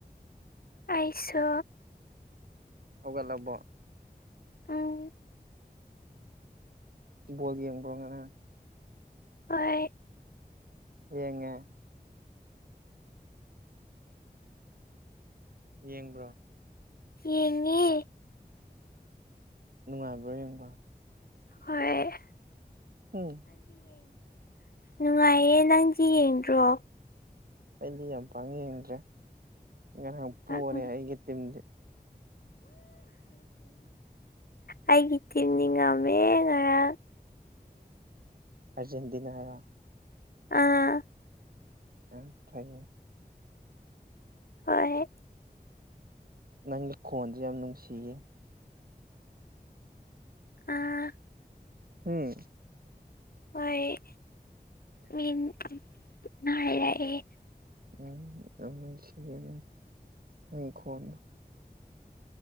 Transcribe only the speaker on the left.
ꯑꯩꯁꯨ
ꯎꯝ
ꯍꯣꯏ
ꯌꯦꯡꯉꯦ
ꯍꯣꯏ
ꯅꯨꯡꯉꯥꯏꯌꯦ ꯅꯪꯗꯤ ꯌꯦꯡꯗ꯭ꯔꯣ
ꯎꯝ
ꯑꯩꯒꯤ ꯇꯤꯝꯗꯤ ꯉꯝꯃꯦ ꯉꯔꯥꯡ
ꯑꯥ
ꯍꯣꯏ
ꯑꯥ
ꯍꯣꯏ ꯃꯤꯅ ꯍꯥꯏꯔꯛꯑꯦ